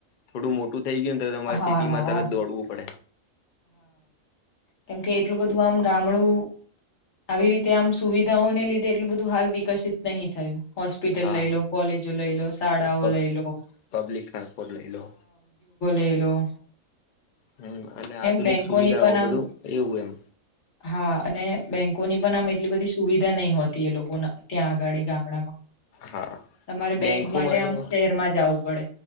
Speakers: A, on the left (about 80°); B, on the left (about 65°).
A: થોડું મોટું થઈ ગયું ને તો તમારે
B: હા,
A: સિટીમાં
B: હા,
A: તરત દોડવું પડે.
B: કેમ કે એટલું બધું આમ ગામડું આવી રીતે આમ સુવિધાઓને લીધે એટલું બધું હાલ વિકસિત નહીં થયું. હોસ્પિટલ
A: હા
B: લઈ લો, કોલેજો લઈ લો, શાળાઓ
A: પબ
B: લઈ લો.
A: પબ્લિક ટ્રાન્સપોર્ટ લઈ લો.
B: એ લો
A: હમ્મ અને આધુનિક
B: બેંકોની
A: સુવિધાઓ
B: પણ
A: બધું
B: આમ
A: એવું એમ.
B: હા અને બેંકોની પણ આમ એટલી બધી સુવિધા નહીં હોતી એ લોકોના ત્યાં અગાડી ગામડામાં
A: હા
B: તમારે બેંક
A: બેંકોમાં
B: માટે આમ
A: તો
B: શહેરમાં જાવું પડે.